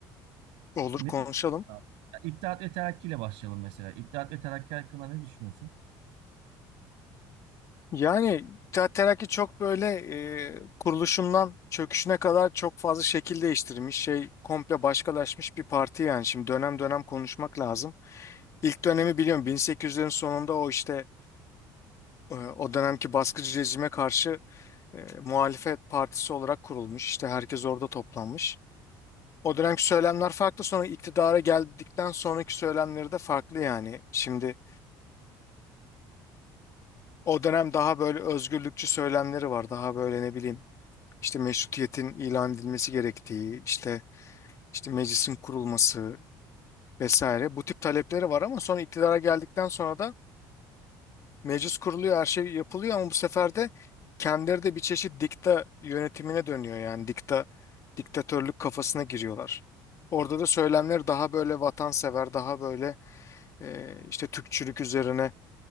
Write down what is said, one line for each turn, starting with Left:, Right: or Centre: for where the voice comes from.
Left: Olur
Right: Ne
Left: konuşalım.
Right: ya İttihat ve Terakki ile başlayalım mesela. İttihat ve Terakki hakkında ne düşünüyorsun?
Left: Yani İttihat Terakki çok böyle e, kuruluşundan çöküşüne kadar çok fazla şekil değiştirmiş. Şey komple başkalaşmış bir parti yani. Şimdi dönem dönem konuşmak lazım. İlk dönemi biliyorum 1800'lerin sonunda o işte e, o dönemki baskıcı rejime karşı e, muhalefet partisi olarak kurulmuş. İşte herkes orada toplanmış. O dönemki söylemler farklı sonra iktidara geldikten sonraki söylemleri de farklı yani. Şimdi O dönem daha böyle özgürlükçü söylemleri var. Daha böyle ne bileyim işte meşrutiyetin ilan edilmesi gerektiği, işte işte meclisin kurulması vesaire. Bu tip talepleri var ama sonra iktidara geldikten sonra da meclis kuruluyor, her şey yapılıyor ama bu sefer de kendileri de bir çeşit dikta yönetimine dönüyor yani dikta diktatörlük kafasına giriyorlar. Orada da söylemler daha böyle vatansever, daha böyle e, işte Türkçülük üzerine